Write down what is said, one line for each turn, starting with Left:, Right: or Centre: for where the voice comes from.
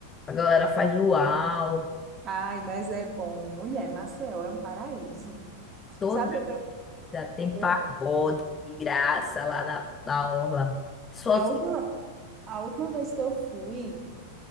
Left: A galera faz luau.
Right: Ai, mas é bom. Mulher, Maceió é um paraíso.
Left: Todo
Right: Sabe,
Left: Já tem
Right: Eu,
Left: pagode de graça lá na, na orla. Pessoal,
Right: a
Left: se-
Right: última, a última vez que eu fui,